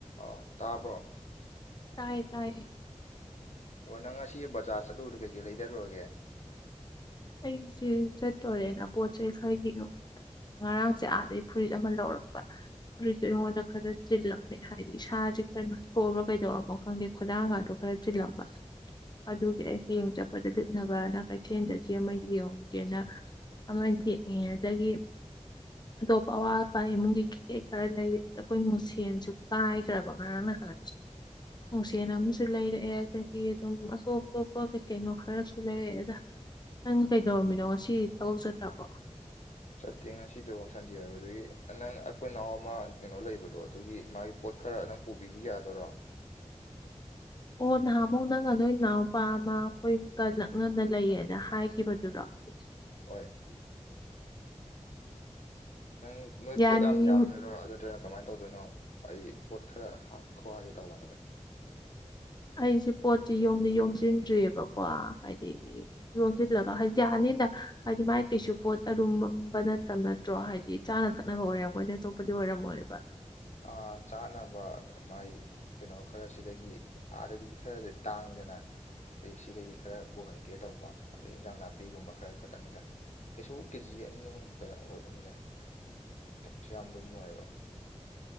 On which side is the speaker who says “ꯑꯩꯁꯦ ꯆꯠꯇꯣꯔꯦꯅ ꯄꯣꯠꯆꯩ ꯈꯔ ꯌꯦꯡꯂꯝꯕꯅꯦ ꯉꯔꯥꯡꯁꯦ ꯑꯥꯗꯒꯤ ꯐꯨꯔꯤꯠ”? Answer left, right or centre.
Left